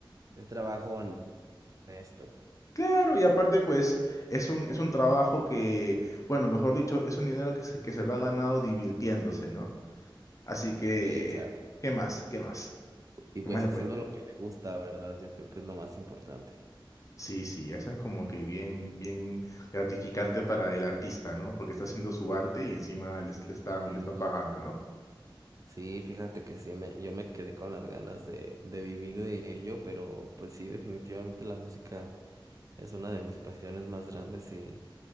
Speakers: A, on the right; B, on the left.
A: es trabajo honesto.
B: claro, y aparte, pues, es un, es un trabajo que, bueno, mejor dicho, es un dinero que se, que se lo ha ganado divirtiéndose, no Así que,
A: Sí, claro.
B: ¿qué más? ¿Qué más?
A: Y pues
B: ¿Qué más le
A: haciendo
B: puedes pedir?
A: lo que le gusta, ¿verdad? Yo creo que es lo más importante.
B: Sí, sí, eso es como que bien, bien gratificante para el artista, ¿no? Porque está haciendo su arte y encima le, le están,
A: Sí,
B: le están pagando, ¿no?
A: sí, fíjate que sí, me, yo me quedé con las ganas de, de vivir de ello, pero pues sí, definitivamente la música es una de mis pasiones más grandes y,